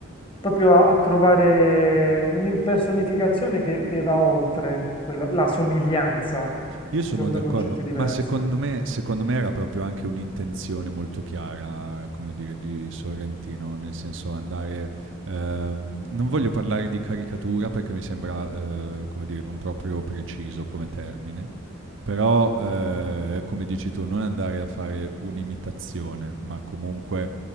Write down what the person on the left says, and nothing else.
proprio a, a trovare un'impersonificazione che, che va oltre quella- la somiglianza,
che sono
due concetti diversi.